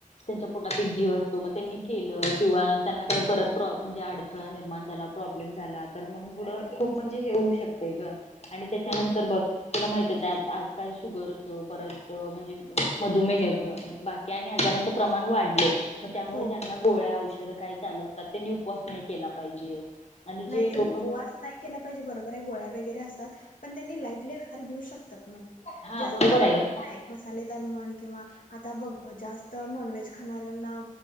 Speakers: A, on the left; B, on the left.
A: त्यांच्या पोटात एक जीव असतो. मग त्यांनी केलं किंवा त्यांना काही परत म्हणजे अडथळा निर्माण प्रॉब्लेम झाला तर मग, पुढे खूप म्हणजे हे होऊ शकते ग. आणि त्याच्यानंतर
B: होय
A: बघ तुला माहतीच आहे आजकाल शुगरच. परत म्हणजे मधुमेह ग. बाकी आणि आजारांचं प्रमाण वाढल. मग त्यामुळे
B: हो
A: ज्यांना गोळ्या -औषधं काही चालू असतात. त्यांनी उपवास नाही केला पाहिजे. आणि
B: नाही
A: जे
B: त्यांनी
A: लोक
B: उपवास नाही केला पाहिजे बरोबर गोळ्या वगैरे असतात पण त्यांनी लाईटली आहार घेऊ शकतात म्हणजे
A: हा
B: जास्त
A: बरोबर
B: पण
A: आहे
B: हे
A: ग.
B: नाहि मसालेदार म्हण किंवा आता बघ जास्त नॉनव्हेज खाणाऱ्यांना